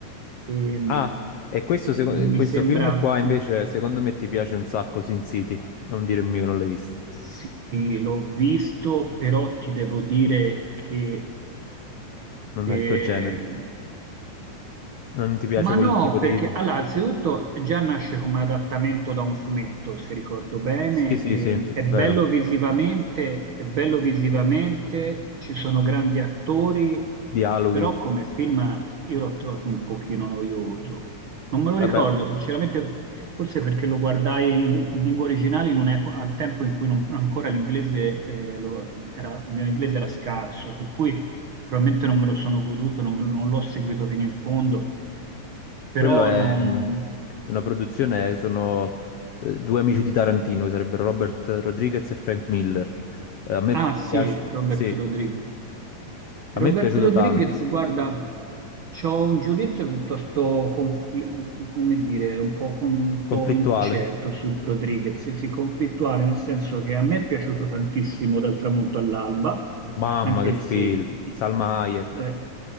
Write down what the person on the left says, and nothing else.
Ah, e questo, seco-
questo
film qua invece
secondo me ti piace un sacco, Sin City. Non dirmi che non l'hai visto.
Non
è il tuo genere.
Non ti piace
quel
tipo di...
Sì, sì,
sì,
vero.
Dialoghi.
Vabbè,
quello è
mm, una produzione, sono eh, due amici di Tarantino, che sarebbero Robert Rodriguez e Frank Miller. Eh, a me
piace...
Sì,
a
me è piaciuto
tanto.
Conflittuale.
Mamma
che
film.
Salma Hayek.